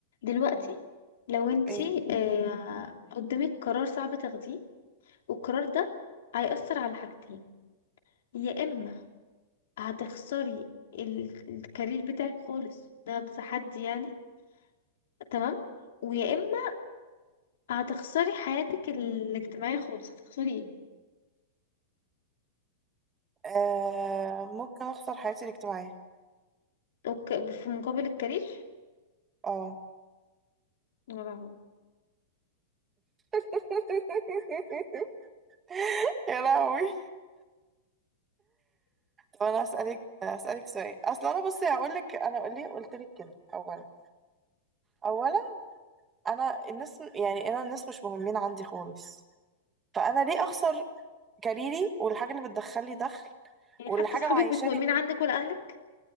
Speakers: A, on the left (about 75°); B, on the right (about 15°).
A: دلوقتي
B: مم.
A: لو انت
B: ايه
A: آه قدامك قرار صعب تاخديه والقرار ده هيأثر على حاجتين يا اما هتخسري ال- الكارير بتاعك خالص ده تحدي يعني تمام ويا اما هتخسري حياتك الاجتماعيه خالص هتخسري ايه
B: آه ممكن اخسر حياتي الاجتماعية
A: اوكي في مقابل الكارير
B: اه
A: يا لهوي
B: <laughs> يا لهوي طب انا اسالك اسالك سؤال اصلا انا بصي هقول لك انا ليه قلت لك كده اولا اولا انا الناس يعني انا الناس مش مهمين عندي خالص فانا ليه اخسر كاريري والحاجه اللي بتدخل لي دخل
A: يعني
B: واللي
A: حتى
B: حاجه
A: اصحابك
B: معيشاني
A: مش مهمين عندك ولا اهلك